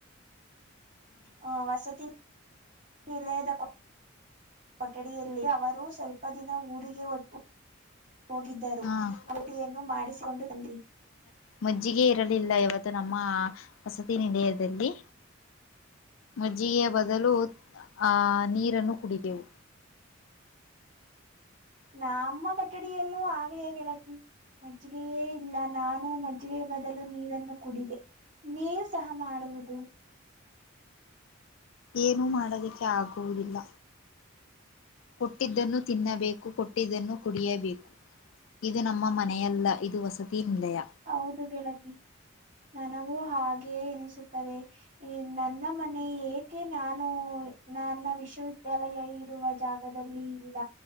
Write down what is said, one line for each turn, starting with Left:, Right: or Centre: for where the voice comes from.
Right: ಹ ವಸತಿ ನಿಲಯದ. ಕೊಠಡಿಯಲ್ಲಿ ಅವರು ಸ್ವಲ್ಪ ದಿನ ಊರಿಗೆ ಒಟ್ಟು. ಹೋಗಿದ್ದರು
Left: ಹ
Right: ಅವರುನ್ನು ಮಾಡಿಸಿಕೊಂಡು ಬಂದಿ.
Left: ಮಜ್ಜಿಗೆ ಇರಲಿಲ್ಲ ಇವತ್ತು ನಮ್ಮ ವಸತಿ ನಿಲಯದಲ್ಲಿ. ಮಜ್ಜಿಗೆಯ ಬದಲು ಆಹ್ ನೀರನ್ನು ಕುಡಿದೆವು.
Right: ನ ಅಮ್ಮ ಕೊಠಡಿಯಲ್ಲೂ ಹಾಗೆ ಹೇಗತಿ. ಮಜ್ಜಿಗೆಯೇ ಇಲ್ಲ ನಾನು ಮಜ್ಜಿಗೆ ಬದಲು ನೀರನ್ನು ಕುಡಿದೆ. ನೀವು ಸಹ ಮಾಡುವುದು.
Left: ಏನುೂ ಮಾಡೋದಕ್ಕೆ ಆಗುವುದಿಲ್ಲ. ಕೊಟ್ಟಿದ್ದನ್ನು ತಿನ್ನಬೇಕು ಕೊಟ್ಟಿದ್ದನ್ನು ಕುಡಿಯಬೇಕು. ಇದು ನಮ್ಮ ಮನೆಯಲ್ಲ ಇದು ವಸತಿ ನಿಲಯ.
Right: ಹೌದು ಗೆಳತಿ ನನಗೂ ಹಾಗೆೇ ಎನಿಸುತ್ತದೆ. ಈ ನನ್ನ ಮನೆ ಏಕೆ ನಾನು ನನ್ನ ವಿಶ್ವವಿದ್ಯಾಲಯ ಇರುವ ಜಾಗ. ದಲ್ಲಿ ಇಲ್ಲ.